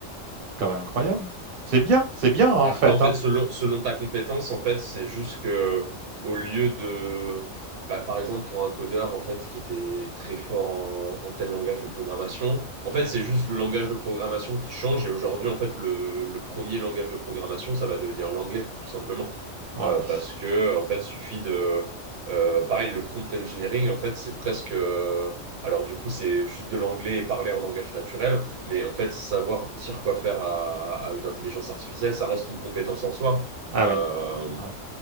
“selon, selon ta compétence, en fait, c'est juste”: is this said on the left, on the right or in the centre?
Right